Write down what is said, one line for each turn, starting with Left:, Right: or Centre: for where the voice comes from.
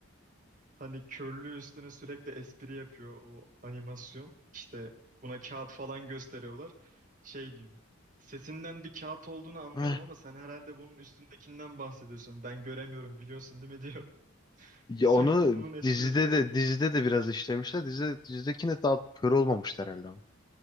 Right: hani körlüğü üstüne sürekli espri yapıyor o animasyon. İşte buna kağıt falan gösteriyorlar. Şey diyor. Sesinden bir kağıt olduğunu anlıyorum
Left: Heh.
Right: ama sen herhalde bunun üstündekinden bahsediyorsun. Ben göremiyorum biliyorsun değil mi diyor. <laughs>
Left: Ya
Right: Sürekli
Left: onu
Right: bunun esprisi
Left: dizide
Right: dönüyor.
Left: de dizide de biraz işlemişler. Dizide, dizidekine daha kör olmamıştı herhalde ama.